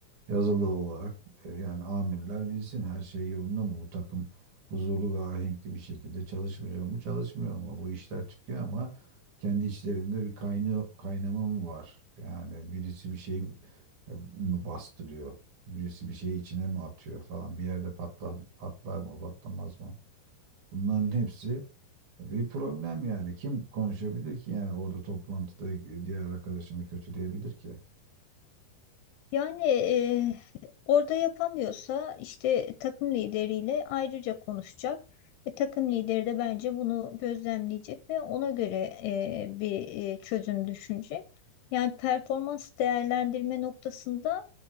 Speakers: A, on the right (about 65°); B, on the left (about 80°).
A: yazılı olarak e, yani amirler bilsin her şey yolunda mı bu takım huzurlu ve ahenkli bir şekilde çalışmıyor mu çalışmıyor mu bu işler çıkıyor ama kendi içlerinde bir kaynıyor, kaynama mı var yani birisi bir şey e, mi bastırıyor birisi bir şeyi içine mi atıyor falan bir yerde patlar, patlar mı patlamaz mı bunların hepsi e, bir problem yani kim konuşabilir ki yani orada toplantıda diğer arkadaşını kötüleyebilir ki
B: Yani eee, orada yapamıyorsa işte takım lideriyle ayrıca konuşacak. ve takım lideri de bence bunu gözlemleyecek ve ona göre eee, bir eee, çözüm düşünecek. Yani performans değerlendirme noktasında